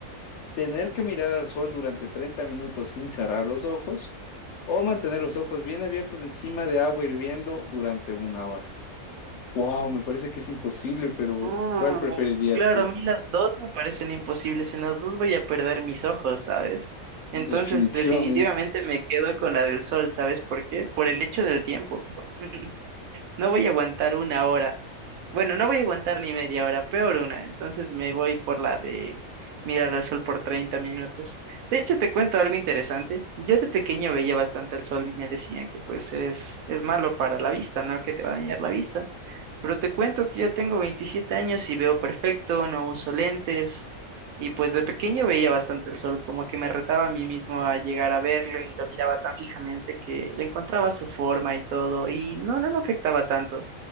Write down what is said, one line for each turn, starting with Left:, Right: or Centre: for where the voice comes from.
Left: tener que mirar al sol durante 30 minutos sin cerrar los ojos o mantener los ojos bien abiertos encima de agua hirviendo durante una hora. Wow, me parece que es imposible, pero
Right: Uh,
Left: ¿cuál preferirías
Right: claro,
Left: tú?
Right: a mí las dos me parecen imposibles, en las dos voy a perder mis ojos, ¿sabes?
Left: <laughs>
Right: Entonces,
Left: Definitivamente.
Right: definitivamente me quedo con la del sol, ¿sabes por qué? Por el hecho del tiempo. <laughs> No voy a aguantar una hora. Bueno, no voy a aguantar ni media hora, peor una. Entonces me voy por la de mirar al sol por 30 minutos. De hecho, te cuento algo interesante. Yo de pequeño veía bastante el sol y me decían que pues es, es malo para la vista, ¿no? Que te va a dañar la vista. Pero te cuento que ya tengo 27 años y veo perfecto, no uso lentes. Y pues de pequeño veía bastante el sol, como que me retaba a mí mismo a llegar a verlo y lo miraba tan fijamente que le encontraba su forma y todo, y no, no me afectaba tanto.